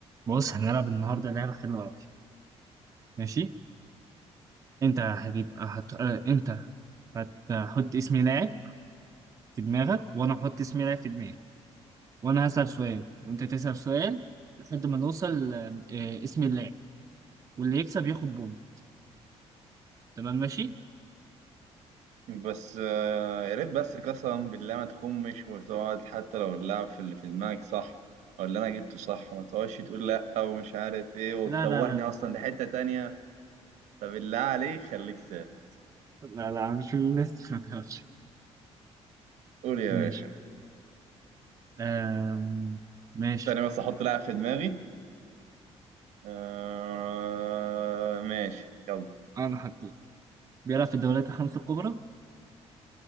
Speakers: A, on the right; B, on the right.
A: بص هنلعب النهارده لعبة حلوة أوي ماشي أنت هتبقى هت... آه، أنت هتحط اسم لاعب في دماغك وأنا هحط اسم لاعب في دماغي وأنا هسأل سؤال وأنت تسأل سؤال لحد ما نوصل آه، آه، اسم اللاعب واللي يكسب ياخد بونت تمام ماشي؟
B: بس آه، يا ريت بس قسما بالله ما تخمش وتقعد حتى لو اللعب في اللي في دماغك صح او اللي انا جبته صح ما تقعدش تقول لا ومش عارف ايه وتتوهني
A: لا لا لا لا
B: اصلا لحتة تانية فبالله عليك خليك سالك
A: لا لا مش من الناس <laughs> ما تخافش
B: قول يا
A: ماشي
B: باشا
A: آم... ماشي
B: تاني بس احط لاعب في دماغي آه ماشي يلا
A: أنا حطيت بيلعب في الدوريات الخمسة الكبرى